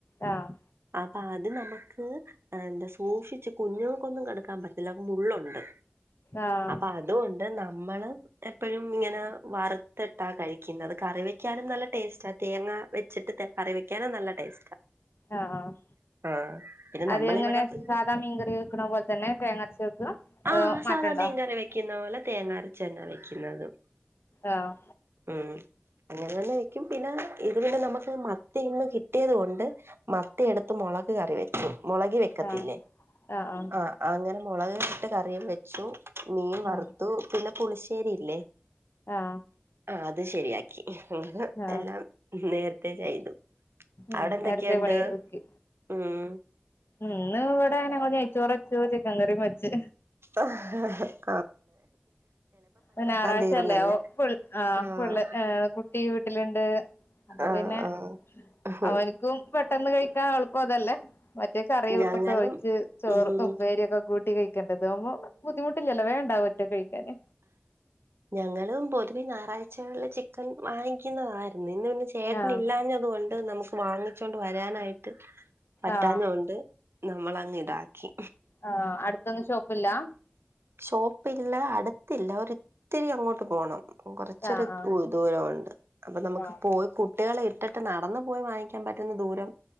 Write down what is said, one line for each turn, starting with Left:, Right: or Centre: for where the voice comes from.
Left: ആഹ്
Right: അപ്പൊ അത് നമ്ക്ക്. എന്താ സൂക്ഷിച്ച് കുഞ്ഞുങ്ങൾക്കൊന്നും കെടുക്കാൻ പറ്റത്തില്ല മുള്ളുണ്ട്.
Left: ആഹ്
Right: അപ്പൊ അതുകൊണ്ട് നമ്മള്. എപ്പോഴും ഇങ്ങനെ വറുത്തിട്ടാ കഴിക്കുന്നത്ത് കറി വെക്കാനും നല്ല ടേസ്റ്റാ തേങ്ങ വച്ചിട്ട് തെ കറി വെക്കാനും നല്ല ടേസ്റ്റ
Left: ആഹ് ആഹ്
Right: ആഹ് പിന്നെ
Left: അത്
Right: നമ്മളിവിടെ
Left: എങ്ങനെ
Right: പിന്നെ
Left: സാധാ മീൻകറി വെക്കുന്ന പോലെ തന്നെ തേങ്ങാ ര്ച്ച് വെക്ക. അതോ
Right: ആഹ്
Left: മാറ്റണ്ടോ.
Right: സാധാ മീൻകറി വെക്കുന്ന പോലെ തേങ്ങാരച്ചന്നാ വെക്കുന്നത്
Left: ആഹ്
Right: ഉം. അങ്ങനെ തന്നെ വെക്കും പിന്നെ ഇത് പിന്നെ നമുക്ക് മത്തി ഇന്ന് കിട്ടിയത് കൊണ്ട്. മത്തി എടുത്ത് മുളക് കറി വെക്കും മുളകി വെ വെക്കത്തില്ലേ
Left: ആഹ് ആഹ്
Right: ആ അങ്ങനെ മുളക് ഇട്ട് കറിയും വെച്ചു. മീൻ വറുത്തു
Left: ആഹ്
Right: പിന്നെ പുളിശ്ശേരിയില്ലേ.
Left: ആഹ്
Right: ആഹ് അത് ശരിയാക്കി അങ്ങനെ
Left: ആഹ്
Right: എല്ലാം നേരത്തെ ചെയ്തു.
Left: ഉം
Right: അവിടെ എന്തൊക്കെണ്ട്
Left: നേരത്തെ പണി ഒതുക്കി
Right: ഉം.
Left: ഇന്ന് ഇവിടെങ്ങനെ ഞങ്ങ നെയ് ച്ചോറ് വെച് ച്ചിക്കൻ കറി വച്ച്.
Right: ആഹ് ഹ.
Left: മ് ഞായറാഴ്ച്ചല്ലേഒ
Right: തീർന്നല്ലേ
Left: പൾ ആ
Right: ആഹ്
Left: ഫുള്ള് ഏഹ് കുട്ടി വി ട്ടിലുണ്ട് അപ്പൊ
Right: ആഹ്
Left: പിന്നെ
Right: ആഹ്
Left: അവൻക്കും പെ ട്ടന്ന് കഴിക്കാൻ എളുപ്പം അതല്ലേ മറ്റേ കറി
Right: ഞങ്ങളും
Left: ഒക്കെ ഒഴിച്ച് ചോറ്
Right: ഉം
Left: ഉപ്പേരിയൊക്കെ കൂട്ടി കഴി ക്കണ്ടെ താവുമ്പോ ബുദ്ധിമുട്ടില്ല വേ ണ്ടാവും ഒറ്റക്ക്കഴിക്കാന്.
Right: ഞങ്ങളും പൊതുവെ ഞായറാഴ്ചകളിൽ ചിക്കൻ വാങ്ങിക്കുന്നതായിരുന്നു ഇന്ന് പിന്നെ ചി ഏട്ടനി
Left: ആഹ്
Right: ഇില്ലാഞ്ഞത് കൊണ്ട് നമുക്ക് വാങ്ങിച്ചോണ്ട് വരാനായിട്ട് പറ്റാന്നൊണ്ട്.
Left: ആഹ്
Right: നമ്മൾ അങ്ങ് ഇടാ. കെ
Left: ആഹ് അടുത്തൊന്നും ഷോപ്പ് ല്ലാ
Right: ഷോപ്പില്ല അടുത്തില്ല ഒരിത്തിരി അങ്ങോട്ട് പോണം. കുറച്ചൊരു
Left: ആഹ്
Right: ദൂരംണ്ട് അപ്പൊ നമുക്ക്
Left: ആഹ്
Right: പോയി. കുട്ടികളെ ഇട്ടിട്ട് നടന്നു പോയി വാങ്ങിക്കാൻ പറ്റുന്ന ദൂരം